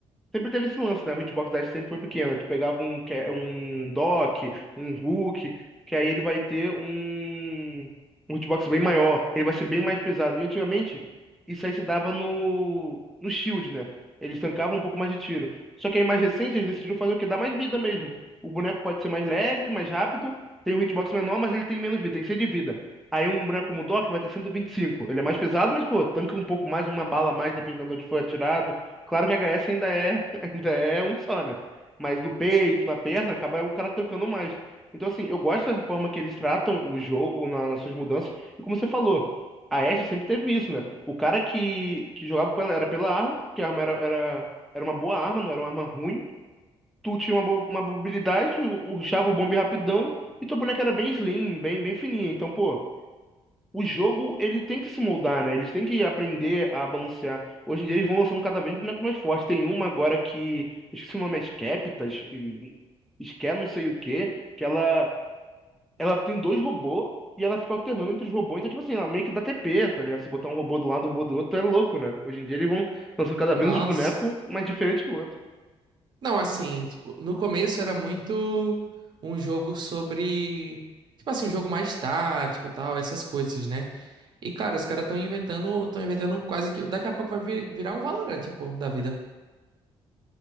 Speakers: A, in the centre; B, on the right.
A: Sempre teve esse lance, né? O hitbox dash sempre foi pequeno. Tu pegava um, ca- um dock, um hook, que aí ele vai ter um, um hitbox bem maior. Ele vai ser bem mais pesado. E antigamente, isso aí se dava no, no shield, né? Eles tancavam um pouco mais de tiro. Só que aí mais recente, eles decidiram fazer o quê? Dar mais vida mesmo. O boneco pode ser mais leve, mais rápido, tem um hitbox menor, mas ele tem menos vida, tem 100 de vida. Aí um boneco como o Doc vai ter cento e e vinte e cinco Ele é mais pesado, mas, pô, tanca um pouco mais, uma bala a mais, dependendo de onde for atirado. Claro que a HS ainda é é um só, né? Mas no peito, na perna, acaba o cara tancando mais. Então, assim, eu gosto dessa forma que eles tratam o jogo na- nas suas mudanças. E como você falou, a Ashe sempre teve isso, né? O cara que, que jogava com ela era pela arma, que a arma era, era, era uma boa arma, não era uma arma ruim. Tu tinha uma, bo- uma mobilidade, tu rushava o bombe rapidão, e tua boneca era bem slim, bem, bem fininha. Então, pô o jogo ele tem que se moldar, né? Eles têm que aprender a balancear. Hoje em dia eles vão lançando cada vez bonecos mais fortes. Tem uma agora que, esqueci o nome, é Skeptas, Sker não sei o quê, que ela ela tem dois robôs e ela fica alternando entre os robôs. Então, tipo assim, ela meio que dá TP, tá ligado? Se botar um robô do lado, um robô do outro, é louco, né? Hoje em dia eles vão lançando cada
B: Nossa.
A: vez um boneco mais diferente que o outro.
B: Não, assim, tipo, no começo era muito um jogo sobre, tipo assim, um jogo mais tático, tal, essas coisas, né? E cara, os caras estão inventando, estão inventando quase que daqui a pouco vai vi- virar um Valorant, pô, da vida.